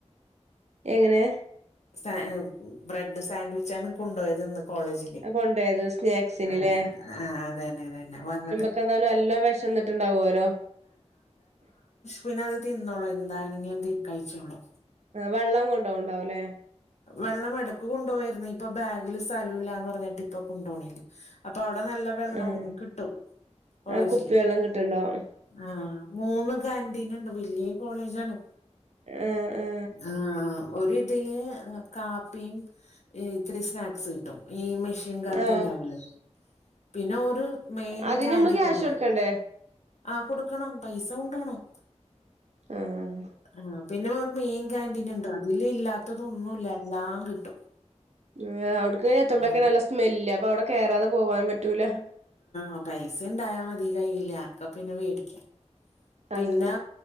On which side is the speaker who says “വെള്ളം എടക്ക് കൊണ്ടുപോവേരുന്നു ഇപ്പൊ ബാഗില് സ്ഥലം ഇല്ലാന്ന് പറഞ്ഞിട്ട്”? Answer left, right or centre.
Left